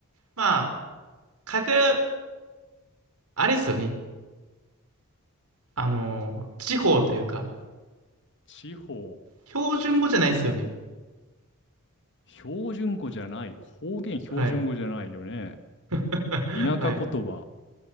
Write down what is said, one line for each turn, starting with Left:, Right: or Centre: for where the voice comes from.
Right: まあ、偏、あれですよね。あのー地方というか、
Left: 地方、
Right: 標準語じゃないですよね。
Left: 標準語じゃない、方言標準語じゃないよね。
Right: はい。<laughs>
Left: 田舎言葉、
Right: はい。